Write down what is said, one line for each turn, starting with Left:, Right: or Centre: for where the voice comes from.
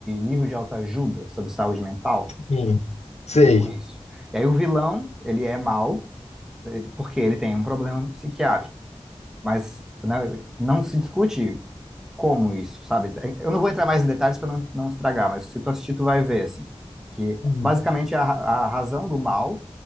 Centre: livro de autoajuda sobre saúde mental?
Left: Sim. Sei.
Centre: Um pouco isso. E aí o vilão, ele é mau, ele- porque ele tem um problema psiquiátrico, mas né, não se discute como isso, sabe? Eh, Eu não vou entrar mais em detalhes para não, não estragar, mas se tu assistir, tu vai ver, assim, que
Left: Hum.
Centre: basicamente a, a razão do mal,